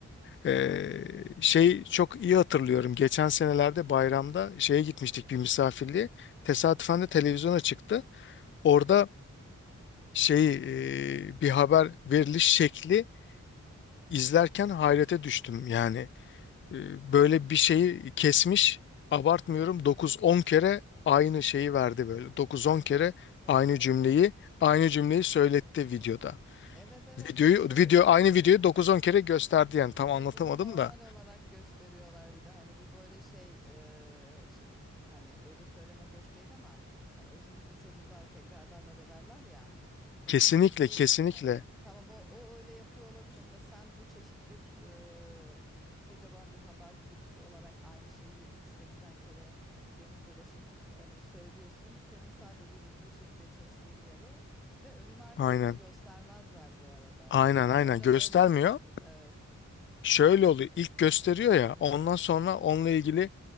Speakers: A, on the left; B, in the centre.
A: E, şey çok iyi hatırlıyorum. Geçen senelerde bayramda şeye gitmiştik bir misafirliğe. Tesadüfen de televizyona çıktı. Orada şey e, bir haber veriliş şekli izlerken hayrete düştüm yani. E, böyle bir şeyi kesmiş. Abartmıyorum Dokuz on kere aynı şeyi verdi böyle. Dokuz on kere
B: Evet,
A: aynı
B: evet.
A: cümleyi aynı cümleyi söyletti videoda.
B: Evet, evet
A: Videoyu
B: ve şey
A: video
B: bunu
A: aynı videoyu dokuz on kere gösterdi yani tam
B: Evet
A: anlatamadım
B: bunu normal
A: da.
B: olarak gösteriyorlar bir de hani bu böyle şey, e, şey hani öyle söylemek hoş değil ama hani otizmli çocuklar tekrarlarlar ederler ya bunun
A: Kesinlikle
B: gibi bir
A: kesinlikle.
B: hani tamam o, o öyle yapıyor olabilir de sen bu çeşit bir e, bir- kocaman bir haber kuruluşu olarak aynı şeyi yetmiş 80 kere dönüp dolaşıp hani söylüyorsun senin sadece vurguyu çekmeye çalıştığın yer o ve önün arkasını
A: Aynen.
B: da göstermezler bu arada
A: Aynen
B: muhtemelen
A: aynen göstermiyor.
B: öyle olmuştur evet.
A: Şöyle oluyor. İlk gösteriyor ya ondan sonra onunla ilgili